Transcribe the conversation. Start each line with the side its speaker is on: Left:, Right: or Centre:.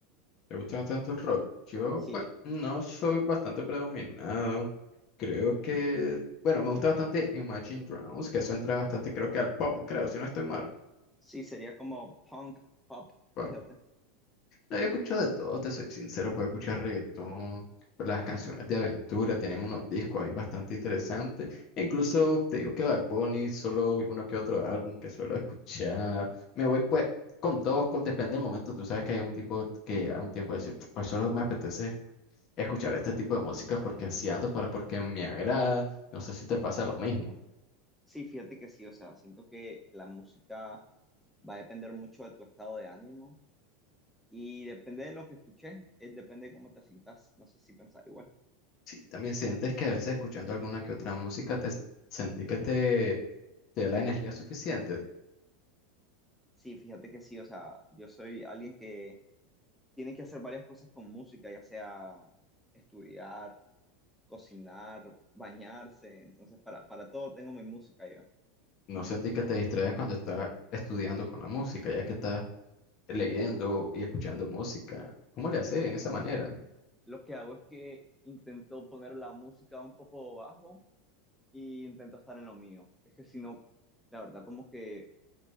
Left: ¿Te gusta tanto el rock? Yo,
Centre: Sí,
Left: pues, no soy bastante predominado. Creo que, bueno, me gusta bastante Imagine Dragons, que eso entra bastante, creo que al pop, creo, si no estoy mal.
Centre: sí, sería como punk, pop,
Left: Bueno,
Centre: fíjate.
Left: no, yo escucho de todo, te soy sincero, puedo escuchar reggaetón, las canciones de aventura, tienen unos discos ahí bastante interesantes. Incluso te digo que Bad Bunny, solo uno que otro álbum que suelo escuchar. Me voy pues con todos, con- depende del momento. Tú sabes que hay un tipo que a un tiempo decir, pues solo me apetece escuchar este tipo de música porque así ando, para, porque me agrada. No sé si te pasa lo mismo.
Centre: Sí, fíjate que sí, o sea, siento que la música va a depender mucho de tu estado de ánimo y depende de lo que escuches, eh, depende de cómo te sientas, no sé si pensás igual.
Left: Sí, también sientes que a veces escuchando alguna que otra música te sentí que te, te da la energía suficiente.
Centre: Sí, fíjate que sí, o sea, yo soy alguien que tiene que hacer varias cosas con música, ya sea estudiar, cocinar, bañarse, entonces para, para todo tengo mi música yo.
Left: No sentí que te distraes cuando estás estudiando con la música, ya que estás leyendo y escuchando música. ¿Cómo le haces en esa manera?
Centre: Lo que hago es que intento poner la música un poco bajo y intento estar en lo mío. Es que si no, la verdad como que